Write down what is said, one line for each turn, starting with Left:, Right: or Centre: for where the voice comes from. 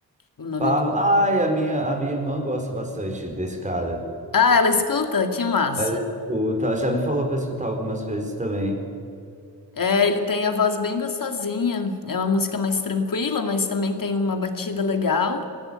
Left: o nome
Right: Barro.
Left: do...
Right: Ai, a minha, a minha irmã gosta bastante desse cara.
Left: Ah, ela escuta? Que massa!
Right: Ela escuta, ela já me falou pra escutar algumas vezes também.
Left: É, ele tem a voz bem gostosinha. É uma música mais tranquila, mas também tem uma batida legal.